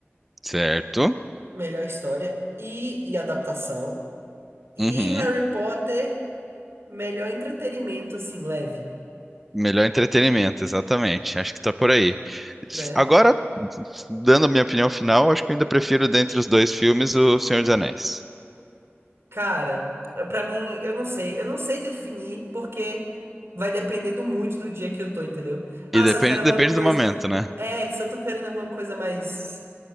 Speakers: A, in the centre; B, on the right (about 70°).
A: certo.
B: melhor história e, e adaptação. E
A: Uhum.
B: Harry Potter, melhor entretenimento, assim, leve,
A: Melhor entretenimento, exatamente. Acho que tá por aí.
B: né?
A: Agora, dando a minha opinião final, acho que eu ainda prefiro dentre os dois filmes O Senhor dos Anéis.
B: Cara, pra mim, eu não sei. Eu não sei definir porque vai depender do mood do dia que eu tô, entendeu? Ah,
A: E depende,
B: se eu quero alguma
A: depende
B: coisa.
A: do momento, né?
B: É, se eu tô querendo alguma coisa mais.